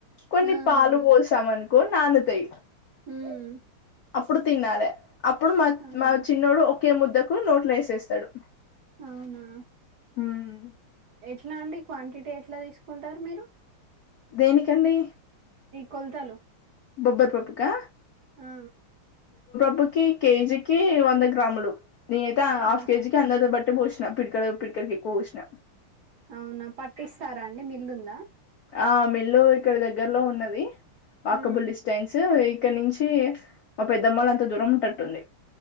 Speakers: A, on the left; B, on the right.
A: కొన్ని
B: ఆ
A: పాలు
B: అవునండి
A: పోసాం అనుకో నానుతయ్
B: ఉమ్
A: అప్పుడు తిన్నాలే అప్పుడు మా
B: అవునా
A: మా చిన్నోడు ఒకే ముద్దకు నోట్లో ఏసేస్తడు
B: అవునా
A: ఊహ్
B: ఉన్నాయండి క్వాంటిటీ ఎట్ల దీసుకుంటరు మీరు
A: దేనికండీ
B: కొల్తలు
A: బొబ్బర్ పప్పుకా
B: ఆ
A: ఒక కేజీకీ వంద గ్రాములు నేనైతె హాఫ్
B: ఆహా
A: కేజీకి అందాజ బట్టి బోసిన పిడికెడు పిడి కుడికి ఎక్కో బోసిన
B: అవునా, పట్టిస్తారా అండి మిల్లుందా?
A: ఆ మిల్లూ ఇక్కడ దగ్గరలో ఉన్నది. వాకబుల్
B: ఉమ్
A: డిస్టెన్స్ ఇక్కడ నుంచీ, మా పెద్దమ్మోలంత దూరం ఉండేటట్టుంది.